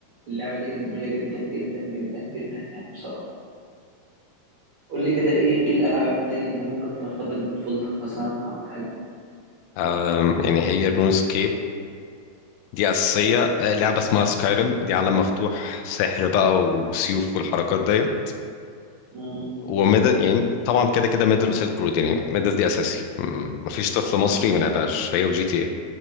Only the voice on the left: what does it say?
أم، يعني هي رون سكيب دي اساسيه آه، لعبه اسمها سكايرم دي عالم مفتوح سحر بقى وسيوف والحركات ديت
وميدل يعني طبعا كده كده ميدل وسيلك رود يعني ميدل دي اساسي م- مفيش طفل مصري ما لعبهاش هي وجي تي اي